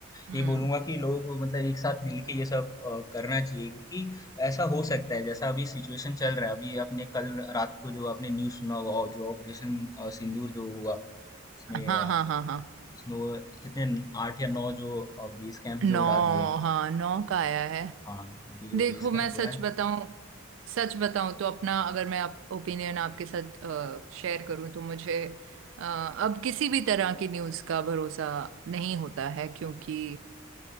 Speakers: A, on the right; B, on the left.
A: हम्म
B: ये बोलूंगा कि लोगों को मतलब एक साथ मिलके ये सब अ, करना चाहिए क्योंकि ऐसा हो सकता है जैसा अभी सिचुएशन चल रहा है अभी आपने कल रात को जो आपने न्यूज़ सुना होगा और जो ऑपरेशन अ, सिंदूर जो हुआ इसमें
A: हाँ
B: अ,
A: हाँ हाँ हाँ
B: इसमें वो कितने आठ या नौ जो बेस कैंप
A: नौ
B: जो उड़ा दिए
A: हाँ नौ का आया है
B: हाँ ये जो
A: देखो
B: बेस
A: मैं
B: कैंप
A: सच
B: उड़ा है
A: बताऊं सच बताऊं तो अपना अगर मैं आप, ओपिनियन आपके साथ शेयर करूं तो मुझे अ, अब किसी भी तरह की न्यूज़ का भरोसा नहीं होता है क्योंकि